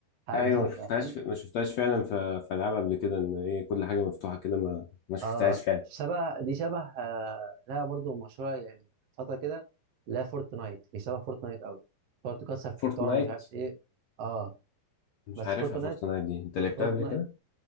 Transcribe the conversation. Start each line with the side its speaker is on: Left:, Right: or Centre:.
Right: حاجه
Left: ايوه
Right: جديده
Left: ما شفتهاش
Right: بقى فاهم
Left: ما شفتهاش فعلا في في العاب قبل كده ان هي كل حاجه مفتوحه كده ما ما شفتهاش
Right: اه
Left: فعلا
Right: شبه دي شبه آه لها برضو مشهوره يعني فتره كده لا فورتنايت هي شبه فورتنايت قوي تقعد تكسر في
Left: فورتنايت
Right: حيطان ومش عارف ايه اه
Left: مش
Right: بس
Left: عارفها
Right: فورتنايت
Left: فورتنايت دي انت لعبتها
Right: فورتنايت
Left: قبل كده؟